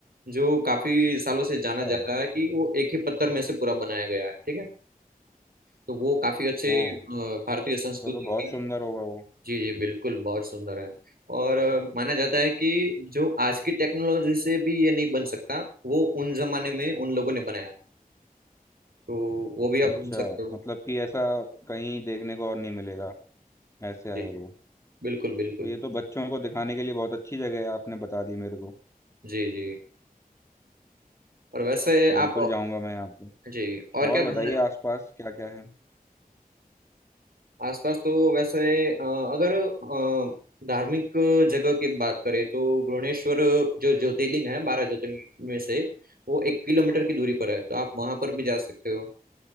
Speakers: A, on the right; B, on the left.
A: जो काफी सालों से
B: अच्छा
A: जाना जा रहा है कि वो एक ही पत्थर में से पूरा बनाया गया है ठीक है तो वो काफी अच्छी
B: ओह
A: अ, भारतीय संस्कृति
B: तो, तो बहुत
A: की
B: सुंदर होगा वो
A: जी जी बिल्कुल बहुत सुंदर है और अ, माना जाता है कि जो आज की टेक्नोलॉजी से भी ये नहीं बन सकता वो उन जमाने में उन लोगों ने बनाया था तो वो भी आप
B: अच्छा
A: घूम सकते हो
B: मतलब कि ऐसा कहीं देखने को और नहीं मिलेगा ऐसा
A: जी
B: है
A: जी
B: वो
A: बिल्कुल बिल्कुल
B: तो ये तो बच्चों को दिखाने के लिए बहुत अच्छी जगह है आपने बता दी मेरे को
A: जी जी और वैसे
B: बिल्कुल
A: आप
B: जाऊंगा मैं यहाँ पे
A: जी और
B: और
A: क्या घूमना
B: बताइए आसपास क्या क्या है
A: आसपास तो वैसे अ, अगर अ, धार्मिक जगह की बात करें तो घृणेश्वर जो ज्योतिर्लिंग है बारह ज्योतिर्लिंग में से वो एक किलोमीटर की दूरी पर है तो आप वहां पर भी जा सकते हो